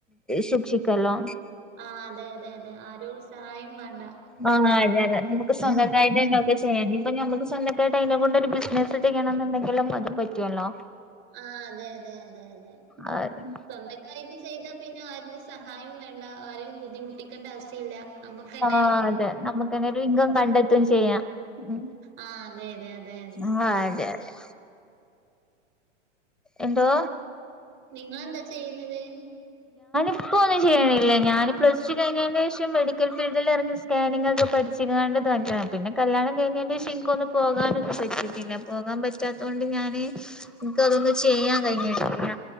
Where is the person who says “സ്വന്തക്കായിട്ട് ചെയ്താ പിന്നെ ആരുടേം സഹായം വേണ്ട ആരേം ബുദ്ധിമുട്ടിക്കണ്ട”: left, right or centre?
Right